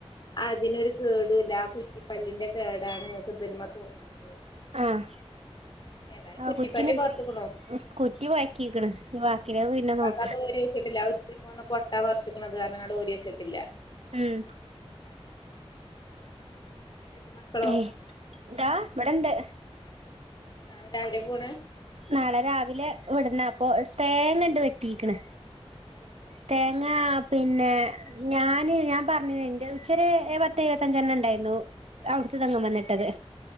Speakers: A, on the left; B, on the right.
A: അതിനൊരു കേടും ഇല്ല ആ കുറ്റിപ്പല്ലിന്റെ കേടാണ് നിങ്ങൾക്ക് ഇതിൻമേ തോന്ന്ണത്
B: ആഹ്
A: ഏതായാലും
B: ആഹ്
A: കുറ്റിപ്പല്ല്
B: കുറ്റി
A: പറിച്ച്ക്ക്ണു
B: ട്ട് പൊയ്ക്കീക്ക്ണ് നി ബാക്കില്ലാത് പിന്നെ നോക്ക
A: എനിക്ക് അത് ഓരി വെച്ചിട്ടില്ല ഇത്തിരി പോന്ന പൊട്ട പറിച്ചുക്കണേ പറഞ്ഞുങ്ങാണ്ട് അത് ഓരി പോച്ചട്ടില്ല
B: ഉം
A: ന്നിട്ട് മക്കളോ
B: ഏഹ് ഇതാ ഇവടെ ഉണ്ട്
A: നാളെ രാവിലെ പോണ്
B: നാളെ രാവിലെ വിടുന്ന അപ്പൊ തേങ്ങണ്ട് വെട്ടീക്ണ്
A: അല്ലാഹു
B: തേങ്ങാ
A: റബ്ബി
B: പിന്നെ ഞാന് ഞാൻ പറഞ്ഞിലെ ന്റെ ഇച്ചൊരു പത്ത് എഴപത്തഞ്ചെണ്ണം ഇണ്ടായിരുന്നു
A: ആഹ്
B: അവ്ട്ത്തെതെങ്ങിമ്മെന്ന് ഇട്ടത്